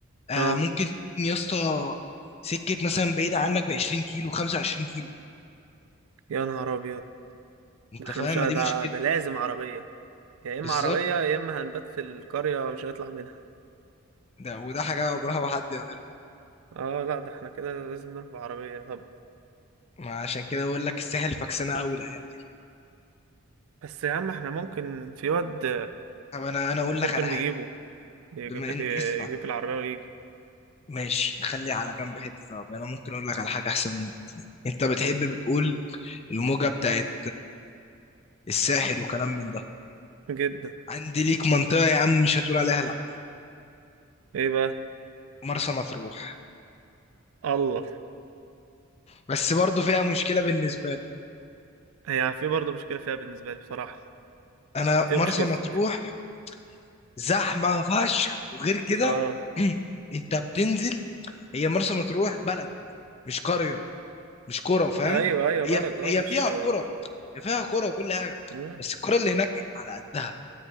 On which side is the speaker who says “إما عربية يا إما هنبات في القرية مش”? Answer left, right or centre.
Right